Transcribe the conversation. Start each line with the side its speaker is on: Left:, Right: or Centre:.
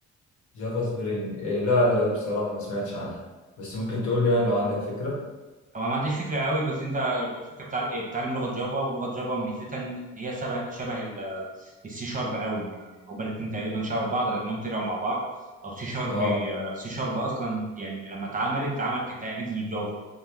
Left: جافا سبرينج آه، لا لا بصراحه ما سمعتش عنها بس ممكن تقول لي يعني لو عندك فكره
Right: هو ما عنديش فكره قوي بس انت الفكره بتاع بتعلم لغه جافا ولغه جافا ميزتها ان هي شبه شبه السي شارب قوي يعني هما الاثنين تقريبا شبه بعض لانهم طلعوا مع بعض او سي شارب
Left: اه
Right: سي شارب اصلا يعني لما اتعملت اتعمل كتقليد للجافا